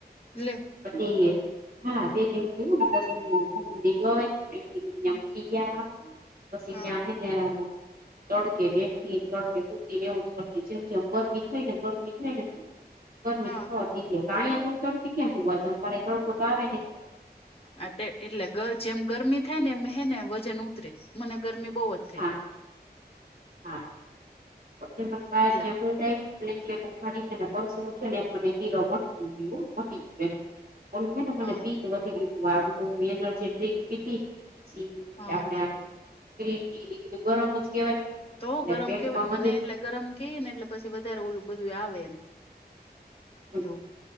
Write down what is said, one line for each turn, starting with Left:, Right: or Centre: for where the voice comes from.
Left: લે
Right: પછી હા બે દિવસ જેવું થયું ને પછી <inaudible> ઈ મને ઇયા
Left: હા
Right: મૂકી ગયા પસી
Left: હા
Right: ન્યા હે ને નયા તડકે બેઠીને, તડકે હુતીને એવું જ કરતી જેમ જેમ ગરમી થાય ને ગર ગરમી થાય ને ગરમી
Left: હા
Right: જ થાવા દીધી હવે અહીંયા તો હું તડકે ક્યાં હુવા જાઉં બારે તડકો તો આવે નહી.
Left: આ તે એટલે ગર જેમ ગરમી થાય ને એમ હે ને વજન ઉતરે મને ગરમી બહુ જ થાય.
Right: હા હા પસી મને બહાર
Left: એટલે
Right: ઈયા હુવડાયવી. બ્લેન્કેટ ઓઢાડીને ને પરસેવો થયો ને એમાં મને ગીરો મટી ગયું હો મટી ગી એમ. ઓલું હે ને મને
Left: હા
Right: પીત વધી ગયું તું આ ઓલુ એનર્જી ડ્રીંક પીતી. પછી
Left: હા
Right: આપડે આમ ગ્રીન ટીને ઈ બધું ગરમ જ કેવાય.
Left: તો ગરમ
Right: એટલે પેટમાં
Left: કેવાય
Right: બધું
Left: મને એટલે ગરમ કે ને એટલે પછી વધારે ઓલું બધું આવે એમ.
Right: હમ
Left: એવું